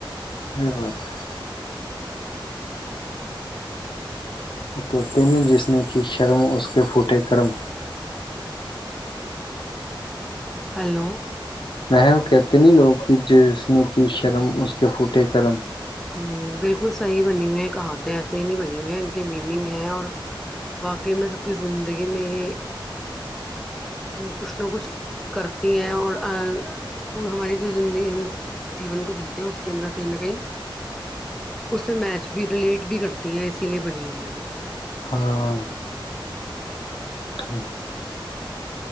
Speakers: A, on the left (about 65°); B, in the centre.
A: یہ بات ہے کہتے ن جسم کی شرم اس کے پھوٹے کرم
B: ہلو
A: م کہتے نہیں لوگ کی جس نے کی شرم اس کے پھوٹے کرم
B: ہ بالکل صحیح بنی ہوئی ہیں کہا ہوتے ایسے ہی نہیں بنی ہوئے ہیں مییننگ ہے اور واقی میں سب کی زندگی میں یہ کچھ نہ کچھ کرتی ہیں اور پ ہماری جو زندگی ہم جیون کو جیتے ہیں اس کے اندر کہیں نہ کہیں اس سے میچ بھی ریلیٹ بھی کرتی ہیں اسی لیے بنی ہوئی ہے
A: ہاں تو